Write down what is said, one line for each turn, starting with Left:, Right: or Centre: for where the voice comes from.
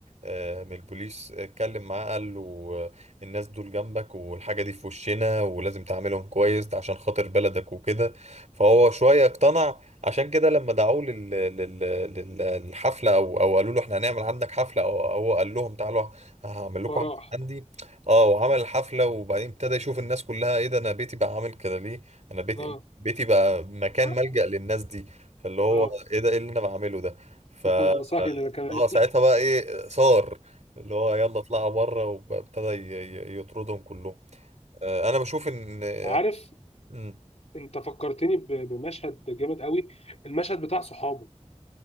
Right: آه، من البوليس اتكلم معاه قال له آه، الناس دول جنبك والحاجه دي في وشنا ولازم تعاملهم كويس ده عشان خاطر بلدك وكده فهو شويه
Left: مم.
Right: اقتنع عشان كده لما دعوه لل... لل... لل- للحفله او او قالوا له احنا هنعمل عندك حفله او هو قال لهم تعالوا هعمل لكم
Left: فراح
Right: حفلة عندي اه وعمل الحفلة وبعدين ابتدى يشوف الناس كلها ايه ده انا بيتي بقى عامل كده ليه انا بيتي
Left: اه
Right: بيتي بقى مكان
Left: آه.
Right: ملجأ للناس دي فاللي هو
Left: اه
Right: ايه ده ايه اللي انا بعمله ده ف
Left: <laughs>
Right: اه
Left: انا بصحي ان انا كمان
Right: آه، ساعتها بقى ايه صار اللي هو يلا اطلعوا بره وابتدى ي- ي- يطردهم كلهم آه، انا بشوف ان
Left: <laughs> عارف
Right: مم.
Left: انت فكرتني ب- بمشهد جامد قوي المشهد بتاع صحابه